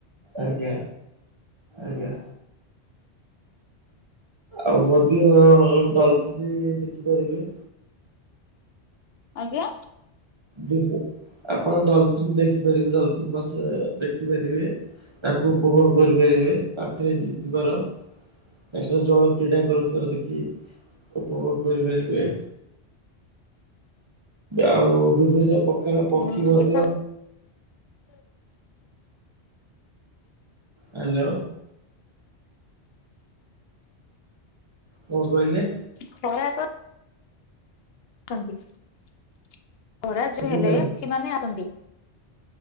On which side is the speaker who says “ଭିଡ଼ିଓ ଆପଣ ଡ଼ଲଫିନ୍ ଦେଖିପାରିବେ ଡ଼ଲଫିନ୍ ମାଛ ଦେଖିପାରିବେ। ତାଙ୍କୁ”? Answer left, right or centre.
Right